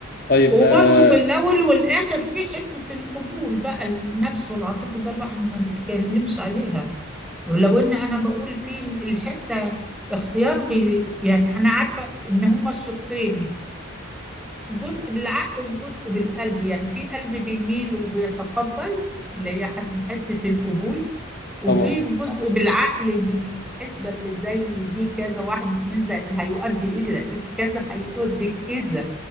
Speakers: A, on the left (about 45°); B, in the centre.
A: طيب
B: وبرضه
A: آه
B: في الاول والاخر في حته القبول بقى النفس والعاطفه ده الواحد ما بيتكلمش عليها ولو ان انا بقول في الحته اختيار بي يعني انا عارفه ان هما الشقين جزء بالعقل وجزء بالقلب يعني في قلب بيميل وبيتقبل اللي هي حد حتة القبول وفي
A: طبعا
B: جزء بالعقل بالحسبة اللي زي دي كذا واحد اتنين زائد هيؤدي إلى في كذا هيؤدي كذا